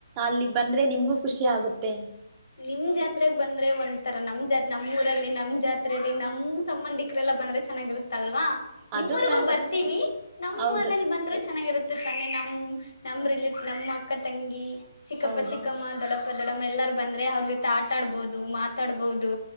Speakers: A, on the right; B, on the left.
A: ಅಲ್ಲಿ ಬಂದ್ರೆ ನಿಮ್ಗೂ ಖುಷಿ ಆಗುತ್ತೆ
B: ನಿಮ್ ಜಾತ್ರೆಗ್ ಬಂದ್ರೆ ಒಂಂತರ ನಮ್ ಜಾತ್ರೆ ನಮ್ಮೂಊರಲ್ಲಿ ನಮ್ ಜಾತ್ರೆಯಲ್ಲಿ ನಮ್ ಸಂಬಂಧಿಕರೆಲ್ಲ ಬಂದ್ರೆ ಚೆನ್ನಾಗಿರುತ್ತಲ್ವಾ
A: ಅದು
B: ನಿಮ್ಮ್ರಿಗೂ
A: ಕ
B: ಬರ್ತೀವಿ ನಮ್ಮ್
A: ಹೌದು
B: ಮನೇಲಿ ಬಂದ್ರೆ ಚೆನ್ನಾಗಿರುತ್ತೆ ತಾನೆ ನಮ್ ನಮ್ ರಿ ನಿಸ್ಮ್ ಅಕ್ಕ ತಂಗಿ ಚಿಕ್ಕಪ್ಪ
A: ಹೌದೌದು
B: ಚಿಕ್ಕಮ್ಮ ದೊಡಪ್ಪ ದಪ್ಪ ಯಲ್ಲರು ಬೇಂದ್ರೆ ಅವರ ಜೊತೆ ಆಟ್ಟಾವಾಡಬಹುದು, ಮಾತೋಡಬಹುದು